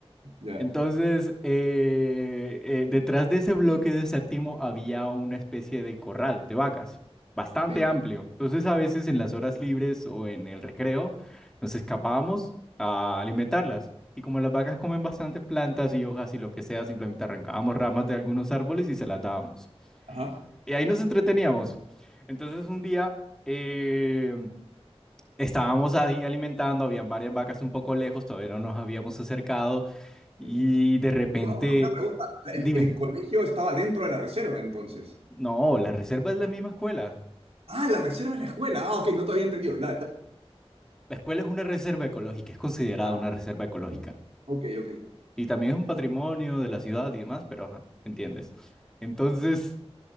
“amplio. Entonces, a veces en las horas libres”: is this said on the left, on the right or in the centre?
Centre